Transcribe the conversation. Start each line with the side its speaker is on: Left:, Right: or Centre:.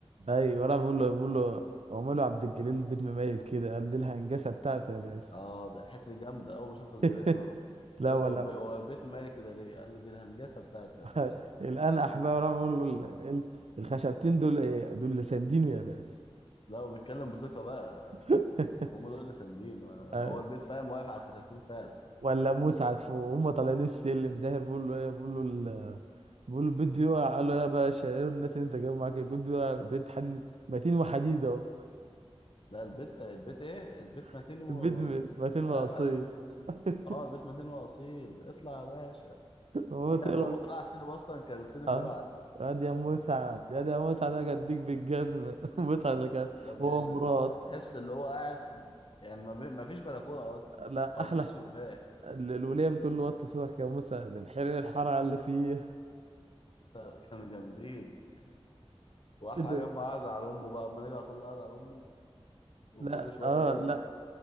Right: ايوه انا بقول له بقول له عمله عبد الجليل البيت مميز كده قال دي الهنجسة بتاعته يا باشا
Left: اه ده الحته دي جامده اول ما شافوا البيت
Right: <laughs>
Left: اه
Right: لا
Left: بيقول
Right: ولا
Left: هو البي- هو البيت مالي كده ليه قال له دي الهنجسه بتاعته
Right: <laughs>
Left: يا باشا
Right: الان احباب انا بقول له ال- ال- الخشبتين دول ايه دول اللي ساندينه يا باشا
Left: لا وبيتكلم بثقه بقى يعني
Right: <laughs>
Left: هم دول اللي ساندين وأنا-
Right: أيوة.
Left: هو البيت فاهم واقف على خشبتين فعلا
Right: ولا مسعد فوق هم طالعين السلم زاهر بيقول له ايه بيقول له ال- بيقول له البيت بيقع قال له يا باشا ايه الناس اللي انت جايبهم معاك البيت بيقع بيت حديد متين وحديد اهو
Left: لا البيت البيت ايه البيت متين
Right: <laughs>
Left: و
Right: البيت م- متين
Left: مش
Right: وقصير
Left: عارف قال له البيت متين
Right: <laughs>
Left: اه البيت متين واصيل اطلع يا باشا
Right: هو
Left: جامد
Right: طلع
Left: هو طلع على السينما اصلا كان السينما
Right: اه
Left: بيقع
Right: قال يا مسعد يا ده يا مسعد اجي اديك بالجزمه <laughs> مسعد اللي كان
Left: ده جامد
Right: هو مراد
Left: ده تح- تحس اللي هو قاعد في... يعني ما, بي... ما فيش بلكونه اصلا
Right: لا
Left: او
Right: احلى
Left: ما فيش شباك
Right: ال- الوليه بتقول له وطي صوتك يا مسعد انحرق الحراره اللي فيه
Left: <laughs> كانوا جامدين واحلى
Right: <laughs> ده-
Left: حاجه اما قعد على امه بقى اما نيجي اطلع قعد على امه وكل
Right: لا
Left: شويه
Right: اه
Left: ايه
Right: لا